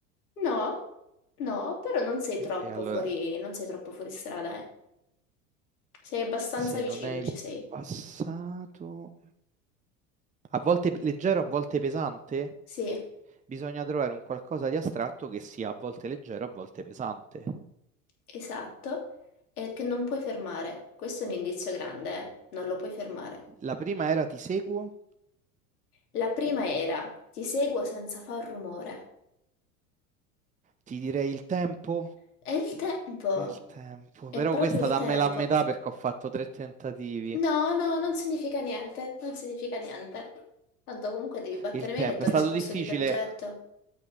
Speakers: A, on the left (about 75°); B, on the right (about 15°).
A: No, no, però non sei troppo
B: E, e allora,
A: fuori, non sei troppo fuori strada, eh. Sei abbastanza
B: se
A: vicino,
B: non è il
A: ci sei.
B: passato, a volte leggero, a volte pesante,
A: Sì,
B: bisogna trovare un qualcosa di astratto che sia a volte leggero, a volte pesante.
A: esatto. È che non puoi fermare. Questo è un indizio grande, eh. Non lo puoi fermare.
B: La prima era ti seguo,
A: La prima era ti seguo senza far rumore.
B: ti direi il tempo.
A: È il tempo.
B: È il tempo,
A: È
B: però
A: proprio
B: questa
A: il
B: dammela
A: tempo.
B: a metà perché ho fatto tre tentativi.
A: No, no, non significa niente, non significa niente. Tanto comunque devi battere
B: Il
A: me
B: tempo
A: che ti
B: è
A: ho
B: stato
A: risposto
B: difficile
A: di progetto.